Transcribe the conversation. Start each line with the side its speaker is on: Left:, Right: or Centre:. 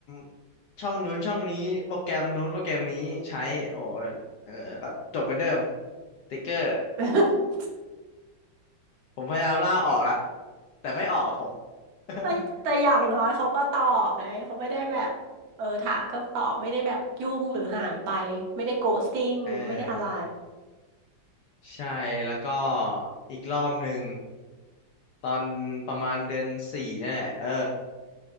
Left: ำช่องนู้นช่องนี้โปรแกรมนู้นโปรแกรมนี้ใช้โอ้เออก็จบเหมือนเดิมติ๊กเกอร์
Right: <laughs>
Left: ผมพยายามลากออกละแต่ไม่ออกกับผม <laughs>
Right: แต่แต่อย่างน้อยเขาก็ตอบนะเขาไม่ได้แบบเออถามก็ตอบไม่ได้แบบยุ่งหรือหายไปไม่ได้โกสติ้งไม่ได้อะไร
Left: เออใช่แล้วก็อีกรอบหนึ่งตอนประมาณเดือนสี่เนี่ยแหละเออ